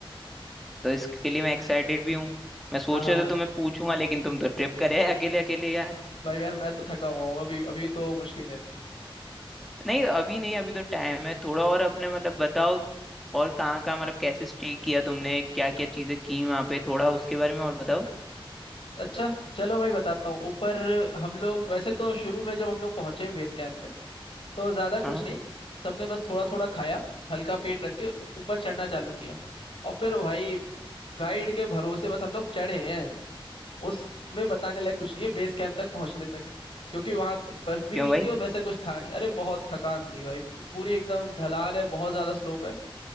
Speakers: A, in the centre; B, on the left.
A: तो इसके लिए मैं एक्साइटेड भी हूँ मैं सोच
B: हाँ हाँ
A: रहा
B: हाँ
A: था तुम्हें पूछूंगा लेकिन तुम तो ट्रिप करे अकेले अकेले यार
B: भाई यार मैं तो थका हुआ हूँ अभी अभी तो मुश्किल है
A: नहीं अभी नहीं अभी तो टाइम है थोड़ा और अपना मतलब बताओ और कहाँ कहाँ मतलब कैसे स्टे किया तुमने क्या क्या चीजें की वहां पे थोड़ा उसके बारे में और बताओ
B: अच्छा चलो भाई बताता हूँ ऊपर हम लोग वैसे तो शुरू में जब हम लोग पहुंचे बेस कैंप पे तो ज्यादा
A: हाँ
B: कुछ नहीं सबने बस थोड़ा थोड़ा खाया हल्का पेट रख के ऊपर चढ़ना चालू किया और फिर भाई गाइड के भरोसे बस हम लोग चढ़े हैं उसमें बताने लायक कुछ नहीं है बेस कैंप तक पहुंचने तक क्योंकि वहां बर्फ भी
A: क्यों
B: नहीं
A: भाई
B: थी और वैसे कुछ था नहीं अरे बहुत थकान थी भाई पूरी एकदम ढलान है बहुत ज्यादा स्लोप है